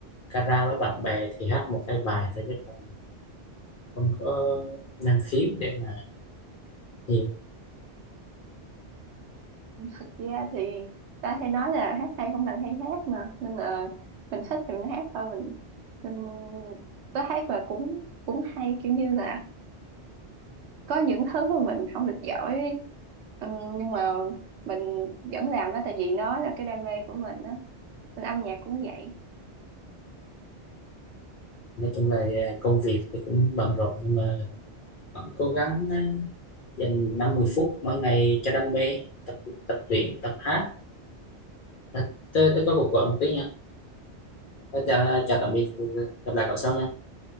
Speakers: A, on the left (about 55°); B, on the right (about 80°).
A: kara với bạn bè thì hát một hai bài thôi chứ còn không có năng khiếu để mà nhiều
B: Thực ra thì ta hay nói là hát hay không bằng hay hát mà nên là mình thích thì mình hát thôi mình nên tới hát và cũng cũng hay kiểu như là có những thứ mà mình không được giỏi ừ, nhưng mà mình vẫn làm đó tại vì nó là cái đam mê của mình á Nên âm nhạc cũng vậy.
A: nói chung là ờ, công việc thì cũng bận rộn nhưng mà vẫn cố gắng ờ, dành 50 phút mỗi ngày cho đam mê tập tập luyện tập hát à, tôi, tôi có cuộc gọi một tí nha Ờ, chào chào tạm biệt gặp lại cậu sau nha